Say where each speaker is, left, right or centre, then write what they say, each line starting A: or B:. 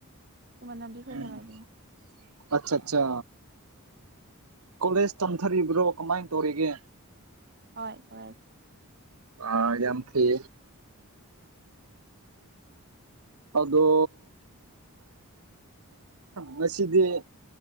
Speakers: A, on the right; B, on the right.
A: ꯏꯃꯥꯟꯅꯕꯤ ꯈꯣꯏꯒ
B: ꯎꯝ
A: ꯂꯩꯕꯅꯦ
B: ꯑꯠꯆꯥ ꯑꯠꯆꯥ ꯀꯣꯂꯦꯖ ꯇꯝꯊꯔꯤꯕ꯭ꯔꯣ ꯀꯃꯥꯏꯅ ꯇꯧꯔꯤꯒꯦ
A: ꯍꯣꯏ ꯍꯣꯏ
B: ꯑ ꯌꯥꯝ ꯊ ꯑꯗꯣ ꯃꯁꯤꯗꯤ